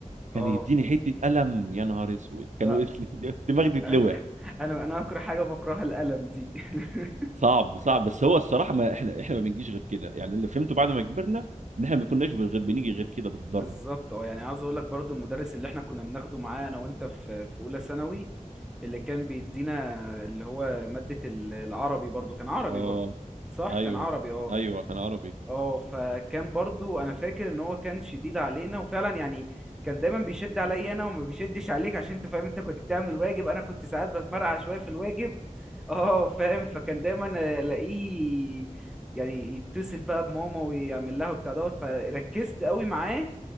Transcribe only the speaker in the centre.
اه
لا
انا انا انا اكره حاجه بكرهها القلم دي <laughs>
بالظبط اه يعني عاوز اقول لك برضو المدرس اللي احنا كنا بناخده معاه انا وانت في في اولى ثانوي اللي كان بيدينا اللي هو مادة ال- العربي برضو كان عربي
برضو صح
كان عربي اه
اه فكان برضو انا فاكر ان هو كان شديد علينا وفعلا يعني كان دايما بيشد عليا انا وما بيشدش عليك عشان انت فاهم انت كنت بتعمل واجب انا كنت ساعات بتمرقع شوية في الواجب <laughs> اه فاهم فكان دايما الاقيه يعني يتصل بقى بماما ويعمل لها وبتاع دوت فركزت قوي معاه